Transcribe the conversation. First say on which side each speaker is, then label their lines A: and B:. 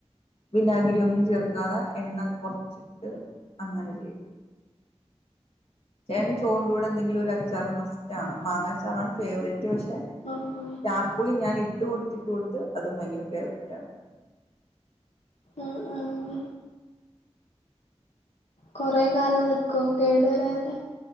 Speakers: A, on the left; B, on the left.
A: വിനാഗിരി ഒന്നും ചേർക്കാതെ എണ്ണ കുറച്ചിട്ട് അങ്ങനെ ചെയ്യും ചേൻ ചോന്റെ കൂടെ എന്തെങ്കിലും ഒരു അച്ചാറ് മസ്റ്റ് ആണ് മാങ്ങ അച്ചാറാണ് ഫേവററ്റ് പക്ഷെ
B: ആഹ് ആഹ്
A: ചാർപ്പുളി ഞാൻ ഇട്ട് കൊടുത്തിട്ടു കൊടുത്ത് അതും ഭയങ്കര ഫേവററ്റ് ആണ്
B: ആ ആ കൊറെ കാലം വെക്കുവോ കേടു വരാതെ